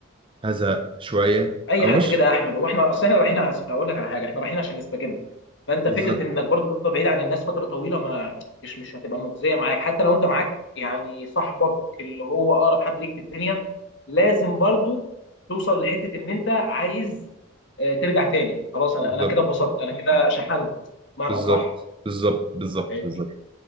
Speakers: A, on the right; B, on the left.
A: هزهق شويه
B: اي
A: او
B: حد
A: مش
B: كده يا احمد هو احنا اصل احنا رايحين عز- هقول لك على حاجه احنا رايحين عشان نستجم فانت
A: بالظبط
B: فكره انك برضو تفضل بعيد عن الناس فتره طويله ما مش مش هتبقى مجزيه معاك حتى لو انت معاك يعني صاحبك اللي هو اقرب حد ليك في الدنيا لازم برضو توصل لحته ان انت عايز آه، ترجع تاني خلاص انا
A: بالظبط
B: انا كده اتبسطت انا كده شحنت بمعنى
A: بالظبط
B: اصح
A: بالظبط بالظبط
B: فاهمني
A: بالظبط